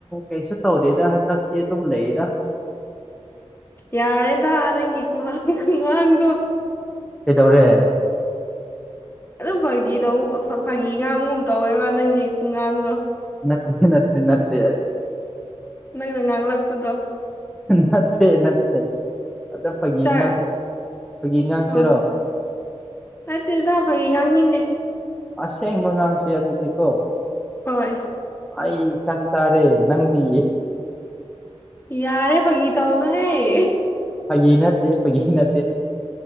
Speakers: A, in the centre; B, on the left.
A: ꯀꯩꯁꯨ ꯇꯧꯗꯦꯗ ꯍꯟꯗꯛꯇꯤ ꯑꯗꯨꯝ ꯂꯩꯗ
B: ꯌꯥꯔꯦꯗ ꯅꯪꯒꯤ ꯈꯒꯥꯡ ꯈꯨꯡꯒꯥꯡꯗꯣ
A: ꯀꯩꯗꯧꯔꯦ
B: ꯑꯗꯨꯝ ꯐꯥꯒꯤꯗ ꯐꯥꯒꯤ ꯉꯥꯡꯒꯨꯝꯕ ꯇꯧꯋꯦꯕ ꯅꯪꯒꯤ ꯈꯣꯡꯒꯥꯡꯗꯣ
A: ꯅ ꯅ ꯅꯠꯇ ꯑꯁ
B: ꯅꯪꯅ ꯉꯥꯡꯂꯛꯄꯗꯣ
A: ꯅ ꯅ ꯑꯗ ꯐꯥꯒꯤꯒꯥꯡꯁꯦ
B: ꯆꯥꯛ
A: ꯐꯥꯒꯤ ꯉꯥꯡꯁꯤꯔꯣ
B: ꯑꯣ ꯅꯠꯇꯦꯗ ꯐꯌꯦ ꯉꯥꯡꯅꯤꯡꯗꯦ
A: ꯑꯁꯦꯡꯕꯉꯥꯡꯁꯦ ꯑꯗꯨꯗꯤꯀꯣ
B: ꯍꯣꯏ
A: ꯑꯩ ꯆꯥꯛ ꯆꯥꯔꯦ ꯅꯪꯗꯤ
B: ꯌꯥꯔꯦ ꯐꯒꯤ ꯇ ꯑꯣꯅꯨꯍꯌꯦ
A: ꯐꯒꯤꯅꯠꯇꯦ ꯐꯒꯤꯅꯦ